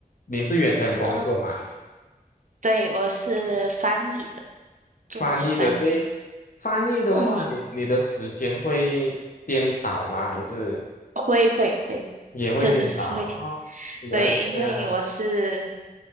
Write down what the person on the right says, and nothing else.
呃，对，我是翻译的，中文翻译。
嗯，
会会会，<laughs>
真的是会。
对，因为我是